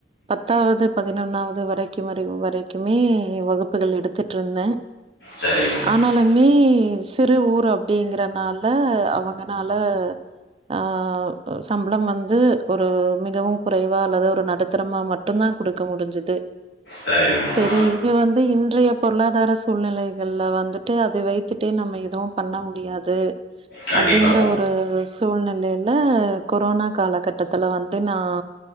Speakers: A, on the right; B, on the left.
A: பத்தாவது பதினொன்னாவது இது வரைக்கும் ரிவு வரைக்குமே வகுப்புகள் எடுத்துட்டுருந்தேன்
B: சரிங்கம்மா
A: ஆனாலுமே சிறு ஊர் அப்டிங்றனால அவங்கனால ஆ சம்பளம் வந்து ஒரு மிகவும் குறைவா அல்லது ஒரு நடுத்தரமா மட்டும் தான் குடுக்க முடிஞ்சுது
B: சரிங்கம்மா
A: செரி இது வந்து இந் இன்றைய பொருளாதார சூழ்நிலைகள்ல வந்துட்டு அதை வைத்து கத்துட்டே நம்ம எதுவும் பண்ண முடியாது
B: கண்டிப்பா
A: அப்டிங்கற ஒரு சூழ்நிலையில கொரோனா காலகட்டத்துல வந்து நான்